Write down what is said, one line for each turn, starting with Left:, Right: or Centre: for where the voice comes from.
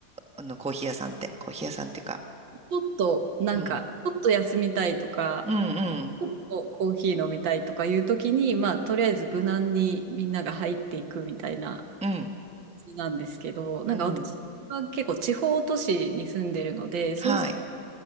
Centre: あの、コーヒー屋さんって。コーヒー屋さんっていうか。
Right: ちょっと、なんか、
Centre: うん。
Right: ちょっと休みたいとか、
Centre: うん
Right: ちょっとコーヒー飲みたいとかいうときに、まあ、とりあえず無難にみんなが入っていくみたいな。
Centre: うん。うん。
Right: なんですけど、なんか私は結構地方都市に住んでるので、
Centre: うん。
Right: そうす、
Centre: はい。